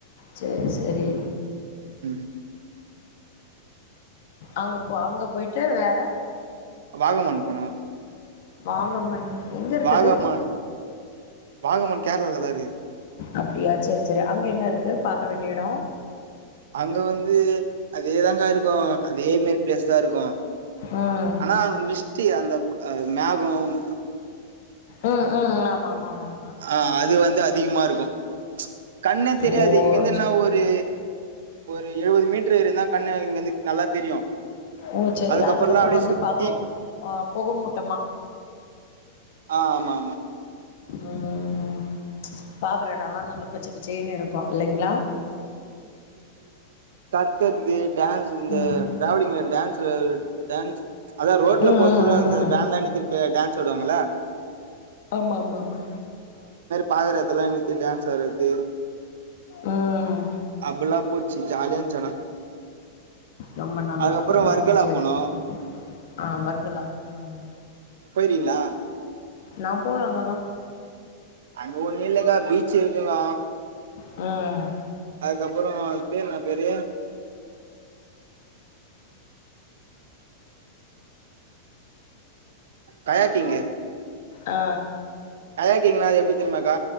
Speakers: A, on the left; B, on the right.
A: சேரி சேரி
B: ம்
A: அங்க போ அங்க போயிட்டு வேற
B: வாகமண் போனோ
A: வாங்கம்மன் எங்க இருக்கு
B: வாகமான்
A: அது
B: வாகமான் கேரளாலதா இ
A: அப்பிடியா சேரி சேரி அங்க என்ன இருக்கு பாக்க வேண்டிய இடோ
B: அங்க வந்து அதேதாங்க்கா இருக்கு அதே மே பிளேஸ்தா இருக்கு
A: ம்
B: ஆனா அங்க மிஸ்ட்டி அந்த அ மேகோம்
A: உ உ ஆமா ஆமா ஆமா
B: ஆ அது வந்து அதிகமா இருக்கு கண்ணே தெரியாது
A: ஓ
B: இங்கந்து என்ன
A: செ
B: ஒரு ஒரு எழுவது மீட்டர் இருந்தா கண்ணு இங்கிருந்து நல்லா தெரியு
A: ஓ சரி
B: அதுக்கப்புறல்லா
A: அதுக்கப்புறோ
B: அப்டியே
A: வந்து
B: சுத்தி
A: பகோ ஆ புகோமூட்டமா
B: ஆ ஆமா ஆமா
A: ம் பாக்குற இடல்லா நல்ல பச்சை பச்சையேன்னு இருக்கு இல்லைங்களா
B: கத்தந்தேல் டேன்ஸ் இந்த
A: ம்
B: டிராவலிங்ல டேன்ஸ் டேன்ஸ் அத ரோட்ல
A: ம்
B: போ
A: ம் ம்
B: சொல்ல அந்த
A: ம்
B: வேன்லா நித்தரது டேன்ஸ்வுடுவாங்களா
A: ஆமா ஆமா ஆமா
B: பாக்றதெல்லா நித்தி டேன்ஸ் த்தரது
A: ம்
B: அப்புளாப் போச்சி ஜாலியா இன்ச் ஆனா
A: ரொம்ப நல்லா
B: அதுக்கப்புறோ
A: ஓ
B: வர்கலா
A: செரி
B: போனோ
A: செரி ஆ வர்கலா ம்
B: போய்றீங்களா
A: நா போலா அங்கல்லா
B: அங்க ஒன்னு இல்லக்கா பீச்சு இருக்குங்க
A: ம்
B: அதுக்கப்புறோ பேர் என்ன பேரு காயாக்கிங்கு
A: ஆ
B: கயாக்கிங்ன அது எப்டி தெரியுமாக்கா